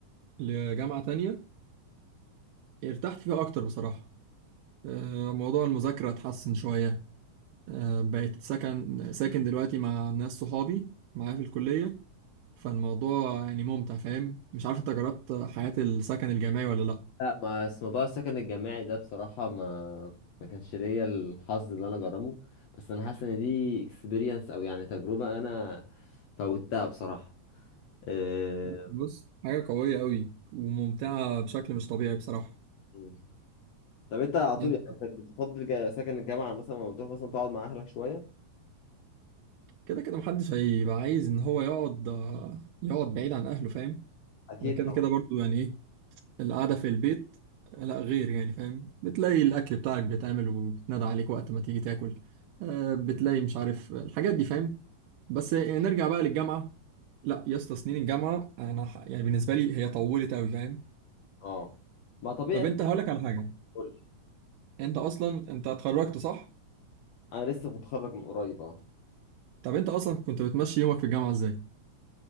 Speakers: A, on the right; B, on the left.
A: لجامعه تانية ارتحت فيها اكتر بصراحه آه، موضوع المذاكره اتحسن شويه آه، بقيت سكن ساكن دلوقتي مع ناس صحابي معايا في الكلية فالموضوع يعني ممتع فاهم مش عارف انت جربت حياة السكن الجامعي ولا لأ
B: لا ما بس موضوع السكن الجامعي ده بصراحة ما ما كانش ليا الحظ اللي انا اجربه بس انا حاسس ان دي اكسبيرينس او يعني تجربة انا فوتها بصراحة إيه...
A: بص حاجة قوية قوي وممتعة بشكل مش طبيعي بصراحة
B: مم. طب انت على طول
A: يعني
B: يعني انت بتفضل جا- سكن الجامعة مثلا لما بتروح مثلا تقعد مع اهلك شوية
A: كده كده محدش هيبقى عايز ان هو يقعد آه، يقعد بعيد عن اهله فاهم
B: اكيد
A: انا كده
B: طبعا
A: كده برضو يعني ايه القعدة في البيت آه، لا غير يعني فاهم بتلاقي الاكل بتاعك بيتعمل وبيتنادى عليك وقت ما تيجي تاكل آه، بتلاقي مش عارف الحاجات دي فاهم بس نرجع بقى للجامعه لا يا اسطى سنين الجامعه انا ح... يعني بالنسبه لي هي طولت قوي فاهم
B: اه ما طبيعي
A: طب انت
B: طبعاً.
A: هقول لك على حاجه
B: قول لي.
A: انت اصلا انت اتخرجت صح
B: انا لسه متخرج من قريب اه
A: طب انت اصلا كنت بتمشي يومك في الجامعه ازاي